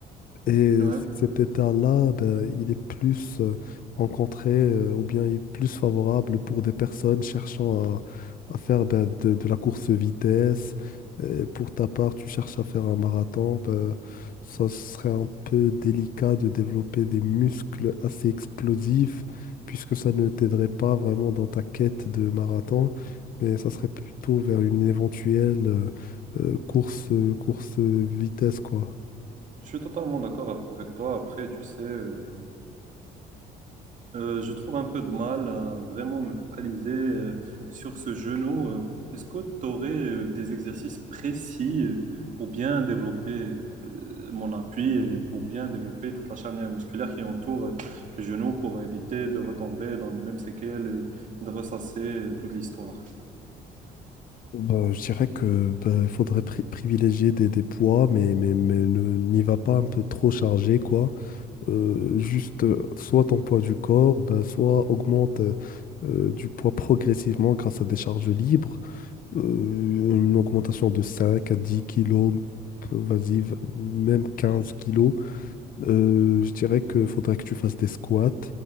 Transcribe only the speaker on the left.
Et
c- cet état-là, ben, il est plus euh, rencontré euh, ou bien il est plus favorable pour des personnes cherchant à, à faire ben, de, de la course vitesse. Et pour ta part, tu cherches à faire un marathon, ben, ça serait un peu délicat de développer des muscles assez explosifs puisque ça ne t'aiderait pas vraiment dans ta quête de marathon, mais ça serait plutôt vers une éventuelle euh, euh, course, course vitesse, quoi.
Euh, je dirais que bah, faudrait pri- privilégier des, des poids, mais, mais, mais ne n'y va pas un peu trop chargé, quoi. Euh, juste euh, soit ton poids du corps, bah, soit augmente euh, euh, du poids progressivement grâce à des charges libres. Euh, une augmentation de 5 à 10 kilos, p- vas-y, v- même 15 kilos. Euh, je dirais qu'il faudrait que tu fasses des squats.